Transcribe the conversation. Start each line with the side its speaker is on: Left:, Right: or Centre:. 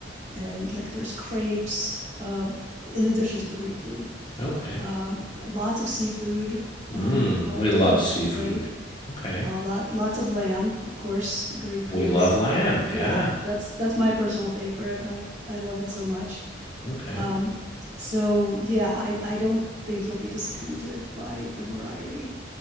Right: and like there's crepes. Um, in addition to the Greek food,
Left: Okay.
Right: um, lots of seafood, um,
Left: Mm,
Right: all
Left: we love
Right: different
Left: seafood.
Right: kinds of way.
Left: Okay.
Right: A lot, lots of lamb, of course. Greek food
Left: We love
Right: is,
Left: lamb. Yeah.
Right: yeah, that's that's my personal favorite. I I love it so much.
Left: Okay.
Right: Um, so yeah, I I don't think you'll be disappointed by the variety.